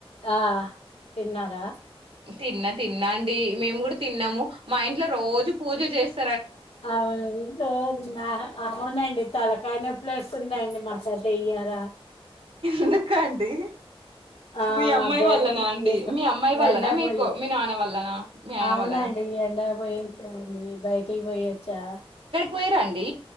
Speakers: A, on the left (about 80°); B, on the right (about 65°).
A: ఆ తిన్నారా
B: తిన్న తిన్నా అ డి మేము కూడా తిన్నాము మా ఇంట్లో రోజు పూజ చేస్త
A: అవునా అవునండి తలకాయా నొప్పి లేస్తుంది అండి మాకు అయితే ఇయ్యాల
B: ఎందుకు అండి
A: ఆ
B: మీ అమ్మాయి
A: జగన్
B: వల్లనా అండి
A: ఏదో
B: మీ అమ్మాయి వల్లనా
A: ఎండకు
B: మీకు
A: పోయి
B: మీ నాన్న వల్లనా మీ ఆయన
A: అవునండి
B: వల్లనా
A: ఎండగా పోయోచాండి బయటికి పోయొచ్చా
B: పోయిరాండి